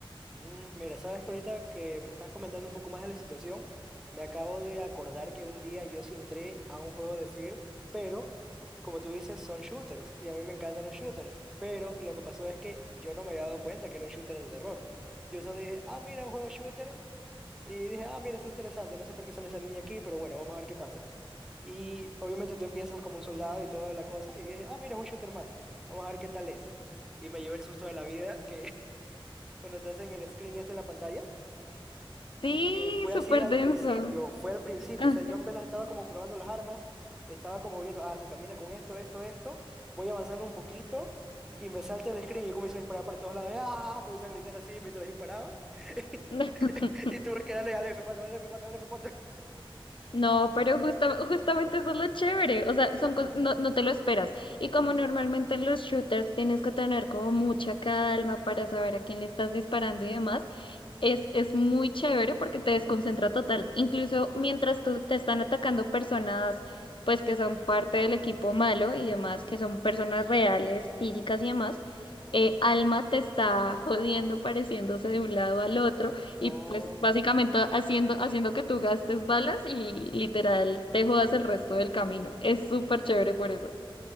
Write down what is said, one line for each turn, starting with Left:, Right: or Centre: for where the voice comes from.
Centre: Mm, Mira, sabes que ahorita que me estás comentando un poco más de la situación, me acabo de acordar que un día yo sí entré a un juego de Fear, pero como tú dices, son shooters y a mí me encantan los shooters, pero lo que pasó es que yo no me había dado cuenta que era un shooter de terror. Yo solo dije, ah, mira, un juego shooter y dije, ah, mira, es interesante, no sé por qué sale esa niña aquí, pero bueno, vamos a ver qué pasa. Y obviamente tú empiezas como un soldado y toda la cosa, y dije, ah, mira, es un shooter más, vamos a ver qué tal es. Y me llevé el susto de la vida, que cuando te hacen el screen este en la pantalla,
Left: Sí,
Centre: que fue
Left: súper
Centre: así al
Left: denso.
Centre: principio, fue al principio,
Left: Ajá.
Centre: o sea, yo apenas estaba como probando las armas, estaba como viendo, ah, se camina con esto, esto, esto, voy avanzando un poquito y me salta el screen y yo comienzo a disparar para todos lados, ah, comienzo a gritar así mientras disparaba <laughs>
Left: <laughs>
Centre: y tuve que darle al f cuatro, al f cuatro, al f cuatro.
Left: No, pero justa- justamente eso es lo chévere, o sea, son cos- no, no te lo esperas. Y como
Centre: Exacto.
Left: normalmente en los shooters tienes que tener como mucha calma para saber a quién le estás disparando y demás, es, es muy chévere porque te desconcentra total. Incluso mientras tú te están atacando personas, pues que son parte del equipo malo y demás, que son personas reales, físicas y demás,
Centre: Ajá.
Left: eh, Alma te está jodiendo, pareciéndose de un lado al otro
Centre: No.
Left: y pues básicamente haciendo, haciendo que tú gastes balas y literal te jodas el resto del camino. Es súper chévere por eso.